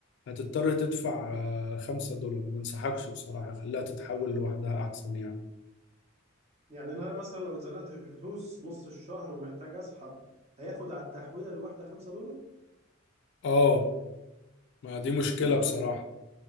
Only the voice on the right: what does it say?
يعني انا مثلا لو اتزنقت في فلوس نص الشهر ومحتاج اسحب هياخد على التحويله الواحده 5 دولار
كتير
قوي